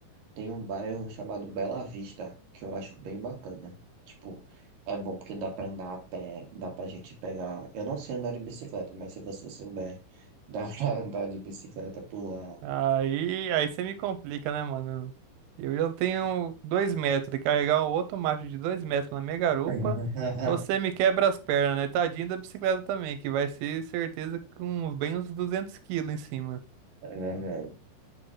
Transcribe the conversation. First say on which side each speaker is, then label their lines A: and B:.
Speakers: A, on the right (about 60°); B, on the right (about 80°).
A: tem um bairro chamado Bela Vista, que eu acho bem bacana. Tipo, é bom porque dá pra andar a pé, dá pra gente pegar. Eu não sei andar de bicicleta, mas se você souber, dá pra <laughs> andar de bicicleta por lá.
B: Aí, aí você me complica, né, mano? Eu já tenho dois metros e carregar um outro macho de dois metros na minha garupa,
A: <laughs>
B: você me quebra as pernas, né? Tadinho da bicicleta também, que vai ser certeza com bem uns duzentos quilos em cima.
A: É verdade,